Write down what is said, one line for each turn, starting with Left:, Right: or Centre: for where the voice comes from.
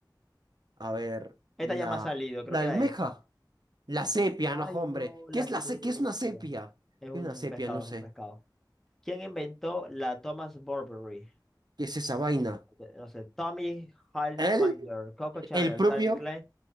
Right: A ver.
Centre: Esta
Right: La,
Centre: ya me ha salido, creo
Right: la
Centre: que
Right: almeja.
Centre: era esa.
Right: La
Centre: No.
Right: sepia,
Centre: Ay,
Right: no, hombre.
Centre: no, la
Right: ¿Qué es la
Centre: cebra.
Right: se- qué es una sepia?
Centre: Es un
Right: ¿Qué es una sepia?
Centre: pescado,
Right: No
Centre: es
Right: sé.
Centre: un pescado. ¿Quién inventó la Thomas Burberry?
Right: ¿Qué es esa vaina?
Centre: Ok, No sé, Tommy Hilfiger,
Right: ¿Él?
Centre: Coco Chanel,
Right: El propio,
Centre: Calvin Klein,